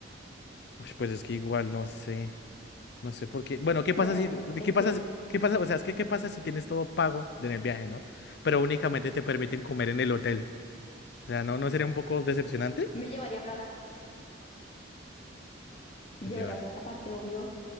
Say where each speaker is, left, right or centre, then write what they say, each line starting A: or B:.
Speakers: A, on the left; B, on the left.
A: Uy, pues es que igual no sé. No sé por qué. Bueno, ¿qué pasa
B: Bueno,
A: si, de
B: en
A: qué
B: fin,
A: pasa, si- qué pasa, o sea, es que qué pasa si tienes todo pago en el viaje, ¿no? Pero únicamente te permiten comer en el hotel. O sea, ¿no, no sería un poco decepcionante?
B: me llevaría plata. Llevaría
A: Llevar.
B: plata aparte, obvio.